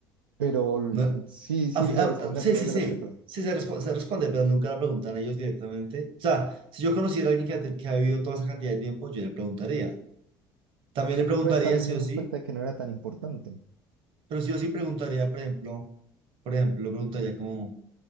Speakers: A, on the right; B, on the right.
A: Pero l-
B: No,
A: sí, sí
B: a fi-
A: se responde
B: sí,
A: al final
B: sí,
A: de
B: sí.
A: la película.
B: Sí, se, respo- se responde, pero nunca la preguntan ellos directamente. O sea, si yo conociera a alguien que ha, te- que ha vivido toda esa cantidad de tiempo, yo le preguntaría. También le preguntaría
A: Pues tal
B: sí
A: vez se
B: o
A: dieron
B: sí,
A: cuenta de que no era tan importante.
B: pero sí o sí preguntaría, por ejemplo, por ejemplo, preguntaría como,